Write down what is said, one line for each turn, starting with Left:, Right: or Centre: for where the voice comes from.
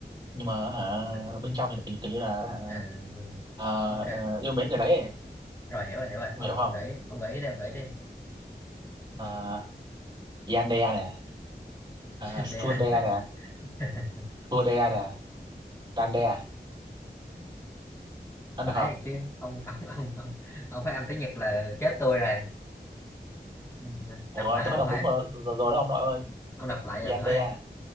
Right: nhưng mà hả,
Left: không được
Right: bên trong thì kiểu, kiểu như là hả,
Left: à
Right: à,
Left: ok
Right: ờ, yêu mến người đấy ấy.
Left: rồi hiểu rồi hiểu rồi ông
Right: Em hiểu không
Left: gợi ý- ông gợi ý đi ông gợi ý đi
Right: uh, Yandere nè uh,
Left: <laughs> trên
Right: Stundere
Left: đây
Right: nè
Left: à
Right: Kudere nè Dandere ăn
Left: phải
Right: được không
Left: chứ ông <laughs> ông ông ông ông phải âm tiếng Nhật là chết tôi rồi Ừ,
Right: Ủa
Left: đọc lại
Right: tôi
Left: lần
Right: phát
Left: nữa
Right: âm đúng
Left: em
Right: rồi, rồi, rồi
Left: ông
Right: đó ông nội ơi
Left: ông đọc lại lần
Right: Yandere
Left: nữa em